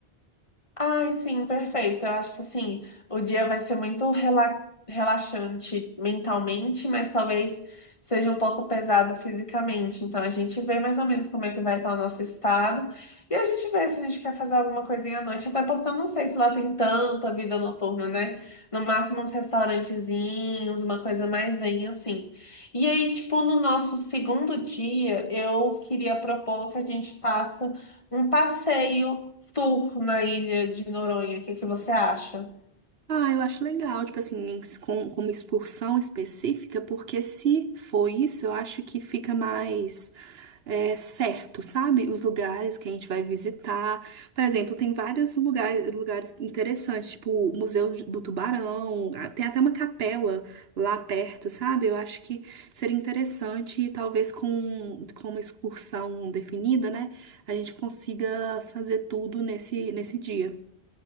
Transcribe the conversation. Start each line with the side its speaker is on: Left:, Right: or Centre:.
Left: Ai, sim, perfeito. Eu acho que assim, o dia vai ser muito rela- relaxante mentalmente, mas talvez seja um pouco pesado fisicamente. Então a gente vê mais ou menos como é que vai estar o nosso estado e a gente vê se a gente quer fazer alguma coisinha à noite, até porque eu não sei se lá tem tanta vida noturna, né? No máximo uns restaurantezinhos, uma coisa mais zen assim. E aí, tipo, no nosso segundo dia, eu queria propor que a gente faça um passeio Tour na ilha de Noronha, o que é que você acha?
Right: Ah, eu acho legal, tipo assim, em- com, com uma excursão específica, porque se for isso, eu acho que fica mais. é, certo, sabe? Os lugares que a gente vai visitar. Por exemplo, tem vários lugares, lugares interessantes, tipo o Museu do Tubarão, a- tem até uma capela lá perto, sabe? Eu acho que seria interessante, e talvez com, com uma excursão definida, né? A gente consiga fazer tudo nesse, nesse dia.